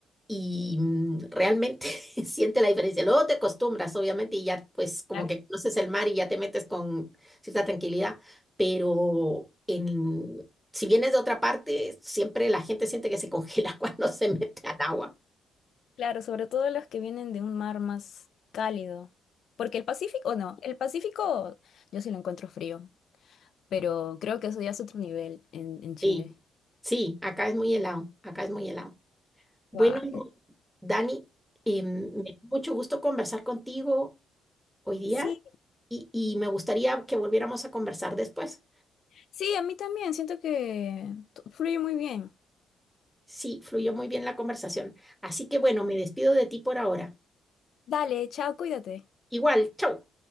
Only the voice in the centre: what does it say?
y mm, realmente <laughs> siente la diferencia. Luego te acostumbras, obviamente, y ya pues como
que conoces el mar y ya te metes con cierta tranquilidad, pero en, si vienes de otra parte, siempre la gente siente que se congela <laughs> cuando se mete al agua.
Sí, sí, acá es muy helado, acá es muy helado. Bueno,
Dani, eh, me dio mucho gusto conversar contigo hoy día
y, y me gustaría que volviéramos a conversar después.
Sí, fluyó muy bien la conversación. Así que bueno, me despido de ti por ahora.
Igual, chau.